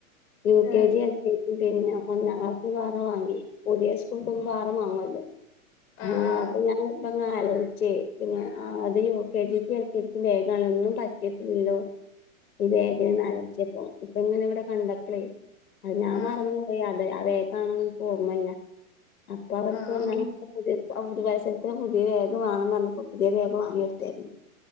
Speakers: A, on the left; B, on the left.
A: യു
B: ഏഹ്
A: കെ ജി <unintelligible> പിന്ന ഒന്നാം ക്ലാസ്സിന് വേറ വാങ്ങി പുതിയ സ്കൂക്കൊന്ന് വാറ വാങ്ങുഅ ല്ലോ.
B: ആഹ്
A: അങ്ങനെ
B: ആഹ്
A: അപ്പൊ ഞാൻ <unintelligible> ആലോയ്‌ച്ചെ പിന്ന ആഹ് അത് യു കെ ജിക്കും എൽ കെ ജിക്കും വേഗാണ് ഒന്നും പറ്റിട്ടില്ലല്ലോ. ഈ ബേഗിന് <unintelligible> ഇപ്പ ങ്ങനെ വിടെ കണ്ട പ്പളെ അത് ഞാൻ
B: ആഹ് ആഹ്
A: മറന്നുപോയി അത് അവേഗാണെന്ന് ൻക്കോ ർമ്മല്ല. അപ്പവർക്ക്
B: ആഹ് ആഹ്
A: ഒന്നാ <unintelligible> പുതിയ പുതവൽസരത്തിന് പുതിയ വേഗ് വാണന്നർഞ്ഞപ്പോ പുതിയ ബേഗ് വാങ്ങ്യൊട്ത്തായിരുന്നു.